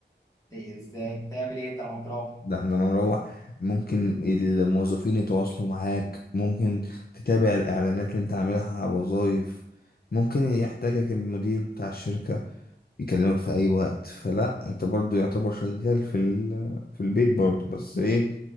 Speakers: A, on the left (about 20°); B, on the left (about 55°).
A: إيه إزاي بتعمل إيه أنت لما بتروح
B: ده احنا لما نروح ممكن الموظفين يتواصلوا معاك ممكن تتابع الإعلانات اللي انت عاملها على الوظائف ممكن يحتاجك المدير بتاع الشركة يكلمك في أي وقت فلا انت برضو يعتبر شغال في ال... في البيت برضو بس ايه